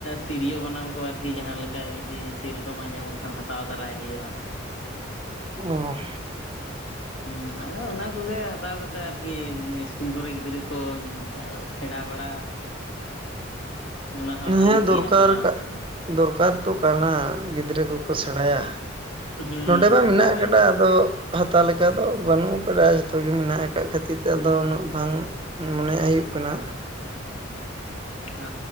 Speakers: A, on the left; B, on the right.
A: ᱛᱤᱨᱭᱳ ᱵᱟᱱᱟᱢ ᱠᱚ ᱟᱨᱠᱤ ᱡᱟᱦᱟᱸ ᱞᱮᱠᱟ ᱡᱩᱫᱤ ᱥᱤᱨᱚᱠ ᱨᱚᱠᱚᱢᱟᱜ ᱧᱟᱢᱚᱜ ᱠᱷᱟᱱ ᱦᱟᱛᱟᱣ ᱛᱟᱨᱟᱭ ᱦᱳᱭᱳᱜᱼᱟ ᱾
B: ᱚᱸᱻ
A: ᱦᱩᱸᱻ ᱟᱫᱚ ᱚᱱᱟ ᱠᱚᱜᱮ ᱦᱟᱛᱟᱣ ᱠᱟᱛᱮᱜ ᱟᱨᱠᱤ ᱤᱥᱠᱩᱞ ᱠᱚᱨᱮ ᱜᱤᱫᱽᱨᱟᱹ ᱠᱚ ᱥᱮᱬᱟ ᱵᱟᱲᱟ <inaudible>
B: <inaudible>
A: ᱚᱱᱟ ᱦᱚᱸ ᱵᱷᱟᱞᱤᱜ
B: ᱦᱮᱸ ᱫᱚᱨᱠᱟᱨ
A: ᱜᱮᱭᱟ ᱵᱟᱝ
B: ᱠᱟᱜ
A: ᱥᱮ
B: ᱫᱚᱨᱠᱟᱨ ᱛᱚ ᱠᱟᱱᱟ ᱜᱤᱫᱽᱨᱟᱹ ᱠᱚᱠᱚ ᱥᱮᱬᱟᱭᱟ ᱾
A: ᱦᱩᱸ
B: ᱱᱚᱰᱮ ᱢᱟ
A: ᱟᱫᱚ
B: ᱢᱮᱱᱟᱜ
A: ᱱᱚᱜᱼᱚᱭ
B: ᱟᱠᱟᱰᱟ ᱟᱫᱚ ᱦᱟᱛᱟᱣ ᱞᱮᱠᱟ ᱫᱚ ᱵᱟᱹᱱᱩᱜ ᱟᱠᱟᱰᱟ ᱡᱚᱛᱚ ᱜᱮ ᱢᱮᱱᱟᱜ ᱟᱠᱟᱫ ᱠᱷᱟᱹᱛᱤᱨ ᱛᱮ ᱟᱫᱚ ᱩᱱᱟᱹᱜ ᱵᱟᱝ ᱢᱚᱱᱮ ᱦᱩᱭᱩᱜ ᱠᱟᱱᱟ
A: ᱚᱻ